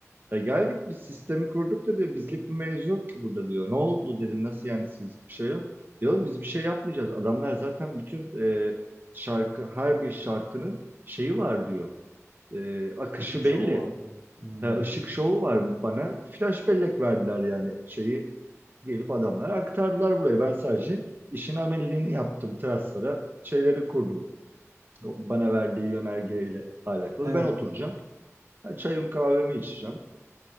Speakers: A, on the right; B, on the right.
A: Ya geldik biz sistemi kurduk da diyor bizlik bir mevzu yok ki burada diyor. Ne oldu dedim nasıl yani siz bir şey yok. Diyorum biz bir şey yapmayacağız. Adamlar zaten bütün e, şarkı her bir şarkının şeyi var diyor. E, akışı
B: Işık şovu
A: belli.
B: var. Hmm.
A: Ha, ışık şovu var bana. Flash bellek verdiler yani şeyi gelip adamlar aktardılar buraya. Ben sadece işin ameliyatını yaptım teraslara. Şeyleri kurdum. O Bana verdiği yönergeyle alakalı.
B: Evet.
A: Ben oturacağım. Ha, Çayımı kahvemi içeceğim.